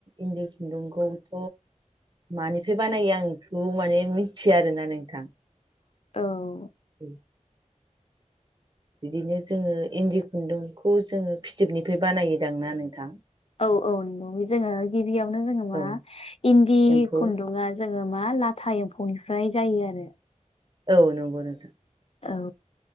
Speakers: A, on the right (about 35°); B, on the left (about 50°).
A: इन्दि खुन्दुंखौथ' मानिफ्राय बानायो आं बेखौ माने मिथिया आरोना नोंथां।
B: औ।
A: उम। बिदिनो जोङो इन्दि खुन्दुंखौ जोङो फिथोबनिफ्राय बानायोदां ना नोंथां?
B: औ औ। नुयो जोङो गिबियावनो जोङो मा?
A: औ
B: इन्दि
A: एम्फौ
B: खुन्दुङा जोङो मा लाथा एम्फौनिफ्राय जायो आरो।
A: औ नंगौ नोंथां।
B: औ